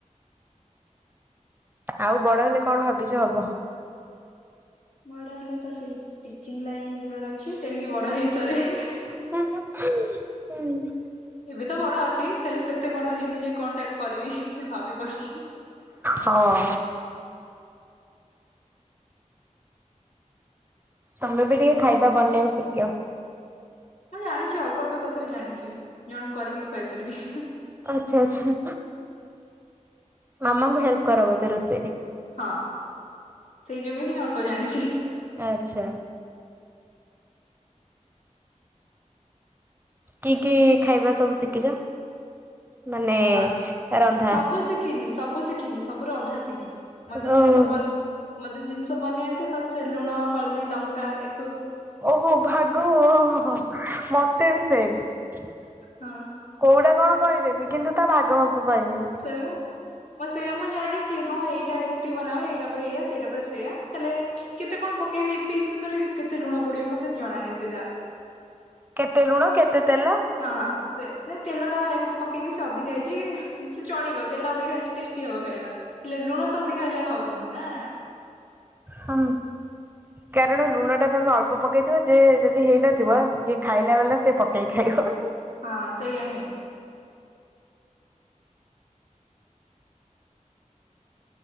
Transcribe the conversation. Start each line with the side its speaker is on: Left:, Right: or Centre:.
Right: ଆଉ ବଡ ହେଲେ କଣ ଭାବିଛ ହବ।
Left: ବଡ ହେଲେ ତ ସେଇ ଟିଚିଂ ଲାଇନ ଯିବାର ଅଛି ତେଣିକି ବଡ ହେଇସାରେ ହିଁ ହିଁ।
Right: <unintelligible>
Left: ଏବେ ତ ବଡ ଅଛି ହେଲେ ସେତେ ବଡ ହେଇନି ଯେ କଣ ଟା କରିବି ଭାବି ପାରୁଛି।
Right: ହଁ। ତମେ ବି ଟିକେ ଖାଇବା ବନେଇବା ଶିଖିବ।
Left: ମୁଁ ଜାଣିଛି ଅଳ୍ପ ଅଳ୍ପ ତଥା ବି ଜାଣିଛି ଜଣକୁକରିକି ଖୁଆଇପାରିବି ହିଁ-ହିଁ।
Right: ଆଚ୍ଛା ଆଛା। ମାମାଙ୍କୁ ହେଲ୍ପ କର ବୋଧେ ରୋଷେଇ।
Left: ହଁ ସେଇ ଯୋଗୁ ହିଁ ଅଳ୍ପ ଜାଣିଛି।
Right: ଆଛା। କି କି ଖାଇବା ସବୁ ଶିଖିଛ? ମାନେ
Left: ନା
Right: ରନ୍ଧା?
Left: ସବୁ ଶିଖିନି ସବୁ ଶିଖିନି ସବୁ ର ଅଧା ଶିଖିଛି ମତେ
Right: ଓହୋ
Left: ଜିନିଷ ବନ ମତେ ଜିନିଷ ବନେଇ ଆସେ ବାସ ଲୁଣ ହଳଦୀ ଲଙ୍କା ଏ
Right: ଓହୋ ଭାଗ ହ ହ ମତେ ବି ସେମେ।
Left: ହଁ।
Right: କୋଉଟା କଣ କରିଦେମି କିନ୍ତୁ ତା ଭାଗ ମାପ ପାଇମିନି।
Left: ଶେଇପା। ମଁ ସେଇୟା ମୁଁ ଜାଣିଛି ହଁ ଏଇଟା ଏମିତି ବନାଏ ଏଇଟା ପରେରେ ଏଇଆ ସେଇଟା ପରେ ସେଇୟା ହେଲେ କେତେ କଣ ପକେଇବି ଏତକି ଜିନିଷରେ କେତେ ଲୁଣ ପଡିବ ମତେ ଜଣା ନାହିଁ ସେଇଟା।
Right: କେତେ ଲୁଣ କେତେ ତେଲ।
Left: ହଁ ସେ ନା ତେଲ ଟା ଏମିତି ପକେଇଛି ସେ ଅଧିକା ହେଇଛି କି ସେ ଚଳିବ ତେଲ ଅଧିକା ହେଲେ। ଟେଷ୍ଟି ହବ ଖାଇବା ହେଲେ ଲୁଣ ତ ଅଧିକା ହେଲେ ହବନି ନା।
Right: ହଁ। କାରଣ ଲୁଣ ଟା ତମେ ଅଳ୍ପ ପକେଇଥିବ ଯେ ଯଦି ହେଇନଥିବ ଯେ ଖାଇଲା ବାଲା ସେ ପକେଇକି ଖାଇବ।
Left: ହଁ ସେଇଆ ହି।